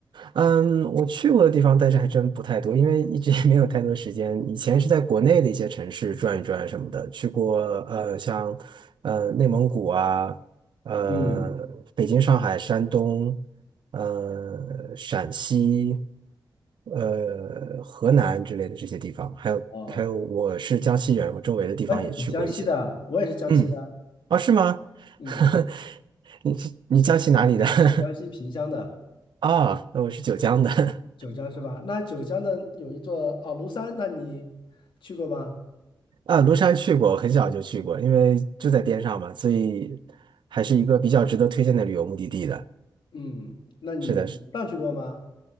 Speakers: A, on the right; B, on the left.
A: 嗯，我去过的地方，但是还真不太多，因为一直也没有太多时间。以前是在国内的一些城市转一转什么的，去过呃，像呃内蒙古啊，呃北京、
B: 嗯，
A: 上海、山东，呃陕西，呃河南之类的这些地方，还有还有我是江西人，
B: 哦，
A: 我周围的地方也去过一些。
B: 哎，你江西的啊，我也是江西的啊，
A: 嗯，啊，是吗？
B: 嗯，
A: <laughs> 你你江西哪里的？<laughs>
B: 我江西萍乡的，
A: 啊，那我是九江的。<laughs>
B: 九江是吧？那九江的有一座哦庐山，那你去过吗？
A: 啊，庐山去过，很小就去过，因为就在边上嘛，所以还是一个比较值得推荐的旅游目的地的。
B: 嗯，那你上去过吗？
A: 是的，是，